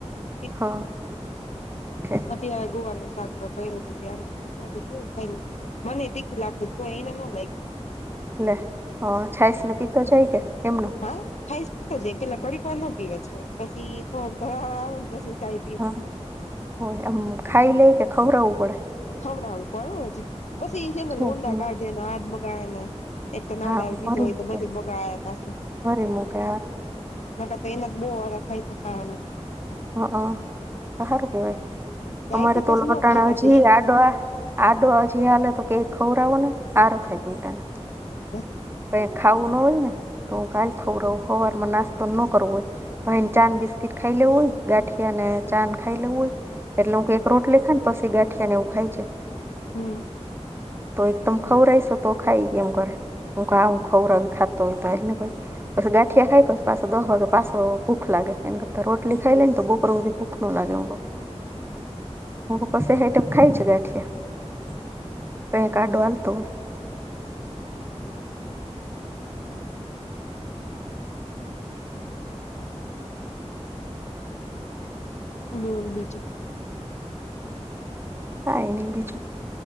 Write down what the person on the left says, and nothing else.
એ
અ તં ગોવાનું શાક કરું હત ત મને એટ લાગતું હત તો એને ન લ
હા ખાઈ શતો જ પેલા કડીકર ન પીવે છે પછી થોડોક તરાવ આવેને પછ સાઈ
ખવડાવું બરોબર છે પછી એ છે ને
લોડાા કાઢેના હાથ બગયાના એક તો નવદારી
દીધું
હોય
તો બધું બગા પાસે
ના તો એના બો વાળા ખાય ખાવાનું
જાય
કે પછી
ન ખાવા
દે
બ
હમ
હ
હ બજ